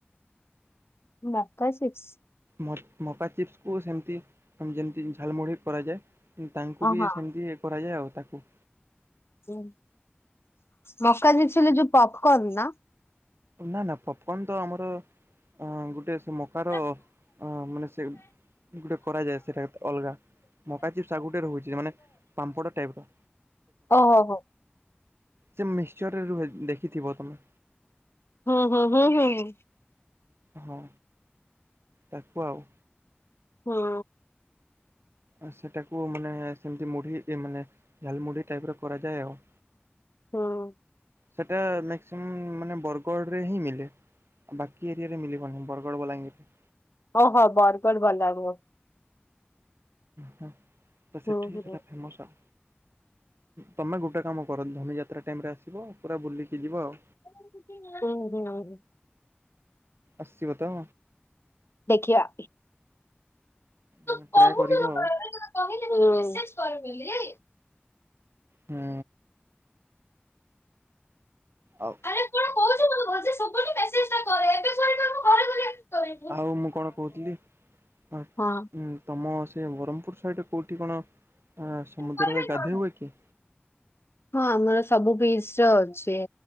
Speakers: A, on the left; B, on the right.
A: ମକା ସିପ୍ସ୍।
B: ମ ମକା ଚିପ୍ସକୁ ସେମିତି ଯେମିତି ଝାଲମୁଢ଼ କରାଯାଏ। ତାଙ୍କୁ
A: ଓ
B: ବି
A: ହଁ
B: ସେମିତି କରାଯାଏ ଆଉ ତାକୁ।
A: ହୁଁ ମକା ଚିପ୍ସ ହେଲେ ଯୋଉ ପପକର୍ଣ ନା।
B: ନା ନା ପପକନ୍ ତ ଆମର ଅ ଗୋଟେ ସେ ମକାର
A: ଓହୋ ହୁଁ
B: ମାନେ ସେ। ଗୋଟେ କରାଯାଏ ସେଟା ଅଲଗା ମକା ଚିପ୍ସ ଆଉ ଗୋଟେ ରହୁଛି ମାନେ ପାମ୍ପଡ ଟାଇପ ର।
A: ଓ ହୋ ହୋ।
B: ସେ ମିକ୍ସ୍ଚରରେ ରୁହେ ଦେଖିଥିବ ତମେ।
A: ହୁଁ ହୁଁ ହୁଁ ହୁଁ ହୁଁ।
B: ହଁ ତାକୁ ଆଉ।
A: ହୁଁ।
B: ଆଉ ସେଟାକୁ ମାନେ ସେମତି ମୁଢି ଏ ମାନେ ଝାଲ ମୁଢି ଟାଇପ ର କରାଯାଏ ଆଉ।
A: ହଁ।
B: ସେଟା ମାକ୍ସିମମ ମାନେ ବରଗଡ଼ରେ ହିଁ ମିଳେ। ବାକି ଏରିଆରେ ମିଳିବନି ବରଗଡ଼ ବଲାଙ୍ଗୀର
A: ଓହୋ ବରଗର <unintelligible>
B: ହୁ ତ
A: ହୁଁ
B: ସେଠିକି
A: ହୁଁ
B: ସେଟା ଫେମସ ତମେ ଗୋଟେ କାମ କରନ୍ତୁ ଧନୀ ଯାତ୍ରା ଟାଇମ ରେ ଆସିବ ପୁରା ବୁଲିକି ଯିବ ଆଉ।
A: <inaudible>
B: ଅସିବତ
A: ଦେଖିବା। ତୁ
B: ହୁଁ
A: କହୁଥିଲୁ
B: ଟ୍ରାଏ କରିବ ଆଉ।
A: ପରା, ହୁଁ।
B: ହୁଁ। ଆଉ
A: ଆରେ କଣ କହୁଛୁ ମୋତେ ଭଲସେ ଶୁଭୁନି, ମେସେଜଟା କରେ। ଏବେ ସରିଲେ ମୁଁ ଘରେ ଗଲେ କରିବି।
B: ଆଉ ମୁଁ କଣ କହୁଥିଲି ହ ହୁଁ
A: ହଁ।
B: ତମ ସେ ବ୍ରହ୍ମପୁର ସାଇଡ଼ରେ କଉଠି କଣ ଆଁ ସମୁଦ୍ରରେ
A: କରିବି
B: ଗାଧେଇ
A: କଣ?
B: ହୁଏ କି?
A: ହଁ ଆମର ସବୁ ବିସ୍ ର ଅଛି।